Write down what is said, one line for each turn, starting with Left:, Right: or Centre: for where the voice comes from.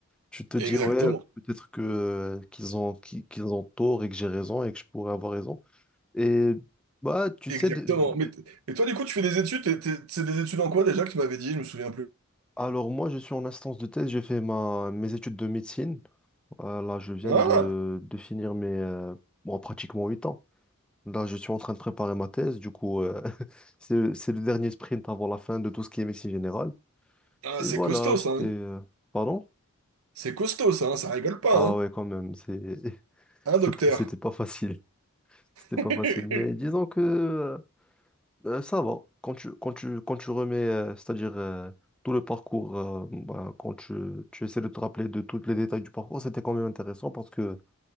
Centre: tu te
Right: Exactement.
Centre: dis, ouais, peut-être que euh, qu'ils ont, qui- qu'ils ont tort et que j'ai raison et que je pourrais avoir raison. Et bah, tu
Right: Exactement.
Centre: sais, des- des-
Right: Mais t- et toi, du coup, tu fais des études, t'es- t'es- c'est des études en quoi déjà que tu m'avais dit, je me souviens plus.
Centre: alors moi, je suis en instance de thèse. J'ai fait ma, mes études de médecine. Euh, là, je viens
Right: Ah,
Centre: de, de finir mes euh, bon, pratiquement 8 ans. Là, je suis en train de préparer ma thèse. Du coup, euh, <laughs> c'est, c'est le dernier sprint avant la fin de tout ce qui est médecine générale.
Right: ah,
Centre: Et
Right: c'est
Centre: voilà,
Right: costaud
Centre: j'étais,
Right: ça. hein.
Centre: euh, Pardon?
Right: C'est costaud ça, hein, ça rigole pas,
Centre: Ah
Right: hein.
Centre: ouais, quand même, c'est, <laughs>
Right: Hein,
Centre: c'était
Right: docteur?
Centre: c'était pas facile. <laughs> C'était
Right: <laughs>
Centre: pas facile. Mais disons que euh, euh, ça va. Quand tu, quand tu, quand tu remets, euh, c'est-à-dire euh, tout le parcours, euh, bah, quand tu, tu essaies de te rappeler de tous les détails du parcours, c'était quand même intéressant parce que.